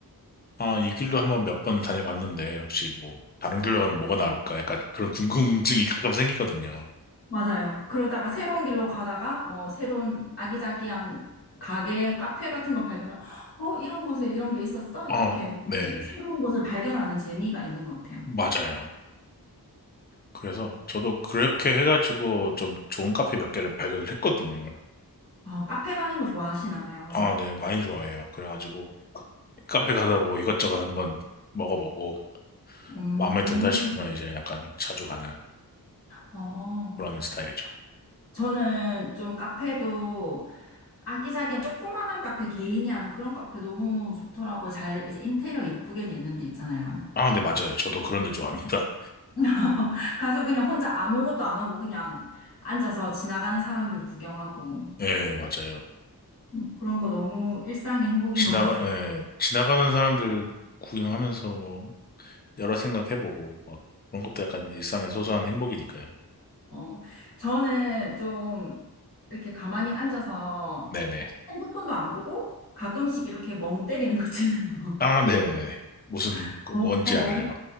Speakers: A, on the left (about 25°); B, on the left (about 75°).
A: 아, 이 길로 한번 몇 번 다녀봤는데, 혹시 뭐, 다른 길로 가면 뭐가 나올까? 약간 그런 궁금증이 가끔 생기거든요.
B: 맞아요. 그러다가 새로운 길로 가다가 뭐 새로운 아기자기한 가게, 카페 같은 거 발견하면 어, 이런 곳에 이런 게 있었어? 이렇게
A: 아,
B: 좀
A: 네.
B: 새로운 곳을 발견하는 재미가 있는 것 같아요.
A: 맞아요. 그래서 저도 그렇게 해가지고 좀 좋은 카페 몇 개를 발견을 했거든요.
B: 아, 카페 가는 거 좋아하시나 봐요.
A: 아, 네. 많이 좋아해요. 그래가지고 카페 가서 뭐 이것저것 한번 먹어보고
B: 음.
A: 마음에 든다 싶으면 이제 약간 자주 가는
B: 어.
A: 그런 스타일이죠.
B: 저는 좀 카페도 아기자기한 조그마한 카페 개인이 하는 그런 카페 너무 좋더라고요. 잘 이제 인테리어 예쁘게 돼 있는 데 있잖아요.
A: 아, 네. 맞아요. 저도 그런 데 좋아합니다.
B: <laughs> 가서 그냥 혼자 아무것도 안 하고 그냥 앉아서 지나가는 사람들 구경하고
A: <laughs> 예, 맞아요.
B: 음, 그런 거 너무 일상의 행복인
A: 지나가,
B: 것 같아요.
A: 예, 지나가는 사람들 구경하면서 뭐 여러 생각해보고 막 그런 것도 약간 일상의 소소한 행복이니까요.
B: 어, 저는 좀 이렇게 가만히 앉아서
A: 네네.
B: 핸드폰도 안 보고 가끔씩 이렇게 멍 때리는 거 있잖아요.
A: 아, 네네네. 무슨
B: <laughs>
A: 거
B: 멍,
A: 뭔지
B: 어, 멍,
A: 알아요.